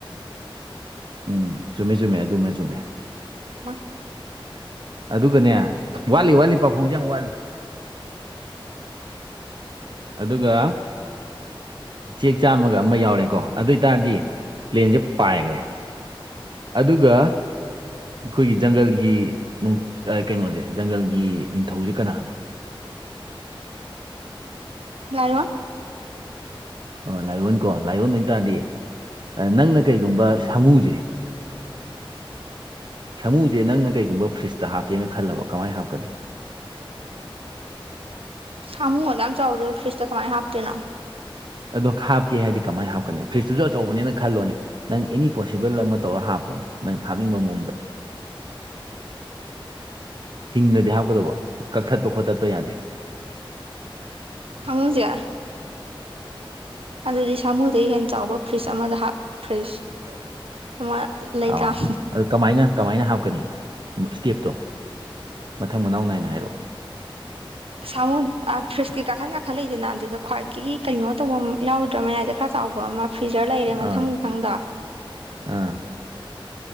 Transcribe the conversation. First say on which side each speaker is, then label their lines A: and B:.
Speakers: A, on the right; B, on the right.
A: ꯎꯝ ꯆꯨꯝꯃꯦ ꯆꯨꯝꯃꯦ ꯑꯗꯨꯃ ꯆꯨꯝꯃꯦ
B: <unintelligible>
A: ꯑꯗꯨꯒꯅꯦ ꯋꯥꯠꯂꯤ ꯋꯥꯠꯂꯤ ꯄꯥꯎꯈꯣꯡꯖꯦ ꯌꯥꯝ ꯋꯥꯠꯂꯤ ꯑꯗꯨꯒ ꯆꯦꯛ ꯆꯥꯝꯃꯒ ꯑꯃ ꯌꯥꯎꯔꯦꯀꯣ ꯑꯗꯨꯏꯇꯥꯗꯤ ꯄ꯭ꯂꯦꯟꯁꯦ ꯄꯥꯏꯒꫪ‌ꯦ ꯑꯗꯨꯒ ꯑꯩꯈꯣꯏꯒꯤ ꯖꯪꯒꯜꯒꯤ ꯑ ꯀꯩꯅꯣꯖ‌ꯦ ꯖꯪꯒꯜꯒꯤ ꯅꯤꯡꯊꯧꯁꯦ ꯀꯅꯥꯅꯣ
B: ꯂꯥꯏꯌꫭꯟ
A: ꯑꯣ ꯂꯥꯏꯌꫭꯟꯀꯣ ꯂꯥꯏꯌꫭꯟ ꯑꯣꯏꯇꯥꯥꯔꯗꯤ ꯅꯪꯅ ꯀꯩꯒꯨꯝꯕ ꯁꯥꯃꯨꯁꯦ ꯁꯃꯨꯁꯦ ꯅꯪꯅ ꯀꯩꯒꯨꯝꯕ ꯐ꯭ꯔꯤꯖꯇ ꯍꯥꯞꯀꯦꯅ ꯈꯜꯂꯕ ꯀꯃꯥꯏꯅ ꯍꯥꯞꯀꯅꯤ
B: ꯁꯥꯃꯨ ꯑꯗꯨꯛ ꯌꯥꯝ ꯆꯥꯎꯕꯗꫭ ꯐ꯭ꯔꯤꯖꯇ ꯀꯃꯥꯏꯅ ꯍꯥꯞꯇꯣꯏꯅꯣ
A: ꯑꯗꯣ ꯍꯥꯞꯀꯦ ꯍꯥꯏꯗꯤ ꯀꯃꯥꯏ ꯍꯥꯞꯀꯅꯤ ꯐ꯭ꯔꯤꯖꯇꯨꯖꯨ ꯑꯆꯧꯕꯅꯦꯅ ꯈꯜꯂꯣꯅꯦ ꯅꯪ ꯑꯦꯅꯤ ꯄꯣꯁꯤꯕꯜ ꯑꯃ ꯇꯧꯔ ꯍꯥꯞꯄꯣꯅꯦ ꯅꯪ ꯍꯥꯞꯅꯤꯡꯕ ꯃꯑꯣꯡꯗ ꯍꯤꯡꯅꯗꯤ ꯍꯥꯞꯀꯗꯧꯕ ꯀꯛꯊꯠꯄ ꯈꯣꯠꯇꯠꯄ ꯌꯥꯗꯦ
B: ꯁꯥꯃꯨꯖ‌ꯦ ꯑꯗꯨꯗꯤ ꯁꯥꯃꯨꯗꯩ ꯍꯦꯟ ꯆꯥꯎꯕ ꯐ꯭ꯔꯤꯖ ꯑꯃꯗ ꯍꯥꯞ ꯐ꯭ꯔꯤꯖ ꯑꯃ ꯂꯩꯇꯥꯝ
A: ꯑ ꯑꯗꯨ ꯀꯃꯥꯏꯅ ꯀꯃꯥꯏꯅ ꯍꯥꯞꯀꯅꯤ ꯁ꯭ꯇꯦꯞꯇꯣ ꯃꯊꯪ ꯃꯅꯥꯎ ꯅꯥꯏꯅ ꯍꯥꯏꯔꯛꯑꯣ <unintelligible>
B: ꯁꯥꯃꯨꯟ ꯐ꯭ꯔꯤꯖꯀꯤ ꯀꯥꯈꯟ ꯀꯥꯈꯟ ꯂꯩꯗꯅ ꯑꯗꯨꯗ ꯈ꯭ꯋꯥꯏꯒꯤ ꯀꯩꯅꯣ ꯇꯧꯕꯝ ꯌꯥꯎꯗ꯭ꯔꯥ ꯃꯌꯥꯏꯗ ꯈꯔ ꯆꯥꯎꯕ ꯑꯃ ꯐ꯭ꯔꯤꯖꯔ ꯂꯩꯔꯦ ꯃꯊꯪ
A: ꯑꯥ
B: ꯃꯊꯪꯗ
A: ꯑꯥ